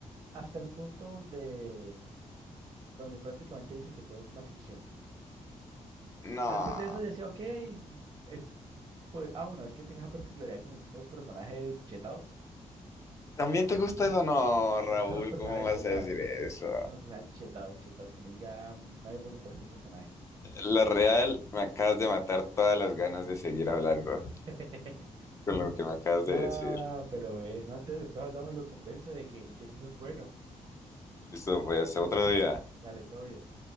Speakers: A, on the right; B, on the left.
A: hasta el punto donde, donde prácticamente dice que todo es una ficción.
B: No.
A: Antes de eso ya decía, ok, es- Pues, ah, bueno, es que tengo esa particularidad que me gustan los personajes chetados.
B: ¿También te gusta eso? No, Raúl,
A: Sí, me gustan los personajes
B: ¿cómo vas
A: Como chetados.
B: a decir eso?
A: Me gustan los personajes chetados, chetados, que no diga "Mm, nadie puede contra este personaje.
B: La real, me acabas de matar todas las ganas de seguir hablando
A: <laughs>
B: con lo que me acabas
A: No,
B: de decir.
A: pero eh, no antes, después hablamos y lo convenzo de que, de que es bueno.
B: Listo, pues, otro día.
A: Dale, todo bien.